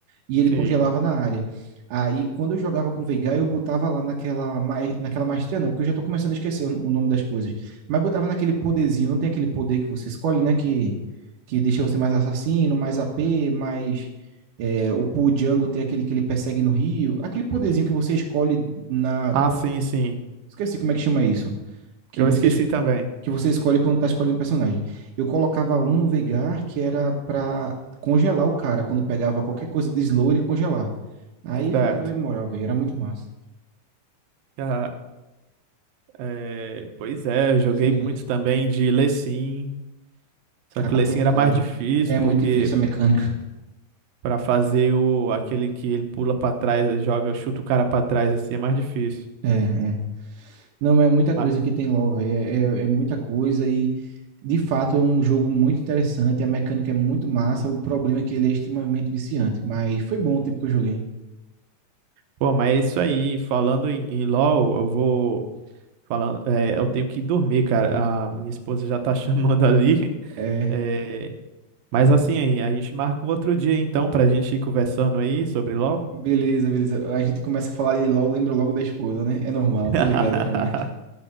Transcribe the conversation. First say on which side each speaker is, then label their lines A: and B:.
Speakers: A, on the right (about 70°); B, on the right (about 80°).
A: e ele
B: Sim.
A: congelava na área. Aí, quando eu jogava com o Veigar, eu botava lá naquela, mai- naquela maestria, não, porque eu já tô começando a esquecer o, o nome das coisas. Mas botava naquele poderzinho, não tem aquele poder que você escolhe, né? Que, que deixa você mais assassino, mais AP, mais. é, o Pu Django tem aquele que ele persegue no Rio. Aquele poderzinho que você escolhe na.
B: Ah,
A: quando-
B: sim, sim.
A: esqueci como é que chama isso. Que
B: Eu
A: você,
B: esqueci
A: es-
B: também.
A: que você escolhe quando tá escolhendo personagem. Eu colocava um no Veigar que era pra congelar o cara. Quando pegava qualquer coisa de slow, ele congelar. Aí
B: Certo.
A: ficava imoral, velho. Era muito massa.
B: Ah, é, pois é, eu joguei
A: Isso aí.
B: muito também de Lecim. Só
A: Ah,
B: que o Lecim
A: tô
B: era
A: ligado.
B: mais difícil,
A: É muito
B: porque
A: difícil a mecânica.
B: Pra fazer o aquele que ele pula pra trás, joga, chuta o cara pra trás assim, é mais difícil.
A: É, é. Não, é muita coisa
B: Mas,
A: que tem LoL, velho. É, é, é muita coisa e, de fato, é um jogo muito interessante. A mecânica é muito massa. O problema é que ele é extremamente viciante. Mas foi bom o tempo que eu joguei.
B: pô, mas é isso aí. Falando em, em LoL, eu vou falando, é, eu tenho que ir dormir, cara. A minha esposa já tá <laughs> chamando ali.
A: É.
B: É, mas assim, a gente marca um outro dia então pra gente ir conversando aí sobre LoL.
A: Beleza, beleza. A gente começa a falar em LoL, lembra logo da esposa, né? É normal,
B: <laughs>
A: tô ligado como é.